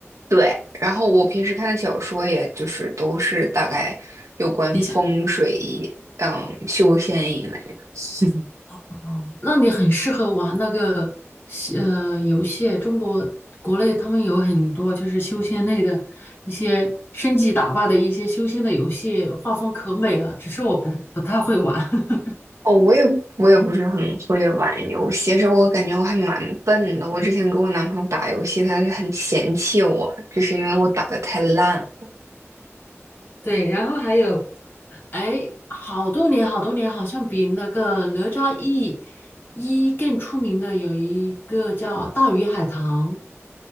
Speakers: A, on the right; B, on the left.
A: 对。然后我平时看的小说，也就是都是大概有关风水、
B: 仙侠。
A: 嗯修仙一类的。<laughs>
B: 哦，那你很适合玩那个西呃游戏，中国国内他们有很多就是修仙类的一些升级打怪的一些修仙的游戏，画风可美了，只是我不不太会玩。<laughs>
A: 哦，我也我也不是很会玩游戏，其实我感觉我还蛮笨的。我之前跟我男朋友打游戏，他就很嫌弃我，就是因为我打的太烂。
B: 对，然后还有，哎，好多年好多年，好像比那个哪吒一一更出名的有一个叫《大鱼海棠》，